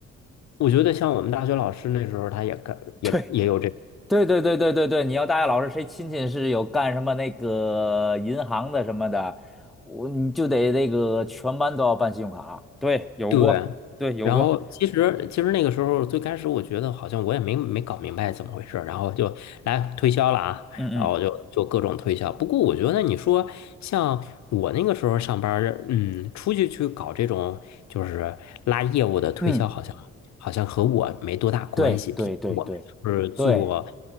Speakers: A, on the left (about 60°); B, in the centre.
A: 我觉得像我们大学老师那时候，他也干也也有这。
B: <laughs> 对对对对对对对，你要大学老师谁亲戚是有干什么那个银行的什么的，我你就得那个全班都要办信用卡。对，有过，
A: 对，
B: 对，有过，
A: 然后其实其实那个时候最开始我觉得好像我也没没搞明白怎么回事儿然后就来推销了啊，
B: 嗯嗯。
A: 然后就就各种推销。不过我觉得你说像我那个时候上班儿嗯，出去去搞这种就是拉业务的推销，
B: 嗯，
A: 好像好像和我没多大关系，
B: 对对对对对。
A: 毕竟我们是做